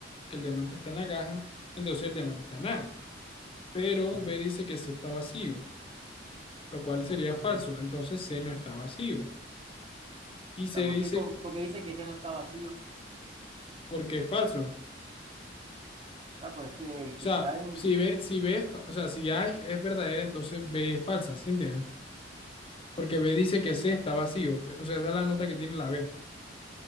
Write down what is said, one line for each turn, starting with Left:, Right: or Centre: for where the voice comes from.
Left: que el diamante está en la caja, entonces el diamante está en A. Pero
Right: sí,
Left: B dice que C está vacío, lo cual sería
Right: ok.
Left: falso. Entonces
Right: O
Left: C no está vacío. Y C
Right: sea, ¿por
Left: dice
Right: qué, con- por qué dice que ese no está vacío? O
Left: porque es falso.
Right: pero es que el
Left: O
Right: que
Left: sea,
Right: está en mi,
Left: si B, si B, fa- o sea, si A es es verdadera, entonces B es falsa, ¿sí entiendes? Porque B dice
Right: o-
Left: que C está vacío. B- O sea, esa es la nota que tiene la B.